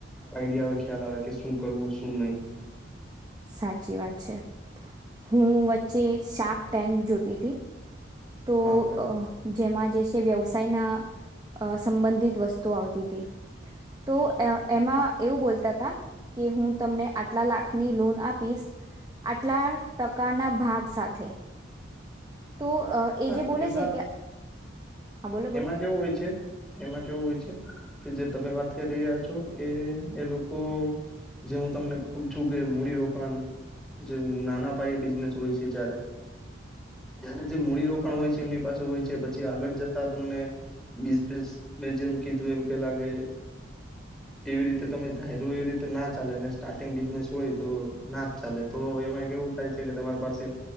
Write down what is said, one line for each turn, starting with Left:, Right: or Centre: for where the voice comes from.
Centre: આઈડિયા આવે ખ્યાલ આવે કે શું કરવું શું નય
Right: સાચી વાત છે. હું વચ્ચે શાક ટેન્ક જોતી હતી તો
Centre: હા હા
Right: અ જેમાં જે છે, વ્યવસાયના અ સંબંધિત વસ્તુ આવતી હતી તો એમાં એવું બોલતા હતા કે હું તમને આટલા લાખની લોન આપીશ આટલા ટકાના ભાગ સાથે તો અ એ
Centre: હા
Right: જે બોલે
Centre: એમાં
Right: છે, કે હા બોલો
Centre: એમાં
Right: બોલો
Centre: કેવું હોય છે, એમાં કેવું હોય છે, કે જે તમે વાત કરી રહ્યા છો એ એ લોકો જે હું તમને કવ છું કે મૂડીરોકાણ જે નાના પાયે બિઝનેસ હોય છે, જયારે ત્યારે જે મૂડીરોકાણ હોય છે, એમની પાસે હોય છે, પછી આગળ જ તા તમને બિઝનેસ મે જેમ કીધું એમ પેલા કે કેવી રીતે તમે ધાયરો એવી રીતે ના ચાલે અને સ્ટાર્ટિંગ બિઝનેસ હોય તો ના ચાલે તો એમાં એક એવું થાય છે, કે તમારી પાસે